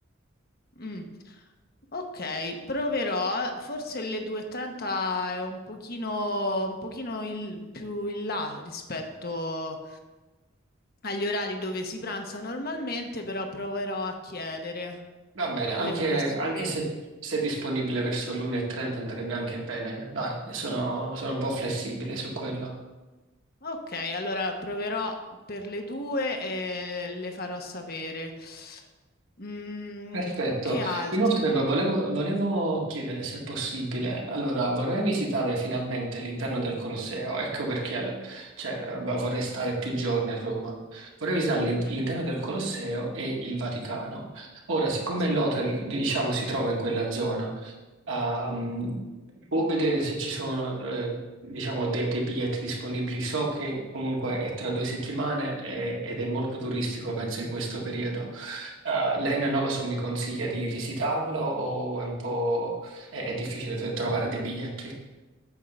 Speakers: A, on the left; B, on the right.
A: Mm. Ok, proverò. Forse le 2.30 è un pochino, un pochino il- più in là rispetto agli orari dove si pranza normalmente, però proverò a chiedere.
B: Va bene, anche,
A: Le farò sapere.
B: anche se, se è disponibile verso l'1.30 andrebbe anche bene. Dai, sono sono un po' flessibile su quello.
A: Ok, allora proverò per le due e le farò sapere. Mm,
B: Perfetto.
A: che altro?
B: Inoltre, beh, volevo, volevo chiedere se è possibile. Allora, vorrei visitare finalmente l'interno del Colosseo. Ecco perché al- cioè, eh, beh, vorrei stare più giorni a Roma. Vorrei visitare l'in-
A: Mhm,
B: l'interno del Colosseo e il Vaticano. Ora, siccome
A: Sì.
B: l'hotel, diciamo, si trova in quella zona, a mh, può vedere se ci sono eh, diciamo de- dei biglietti disponibili. So che comunque è tra due settimane e- ed è molto turistico, penso, in questo periodo. Eh, lei non lo so, mi consiglia di visitarlo o è un po' è, è difficile trovare dei biglietti?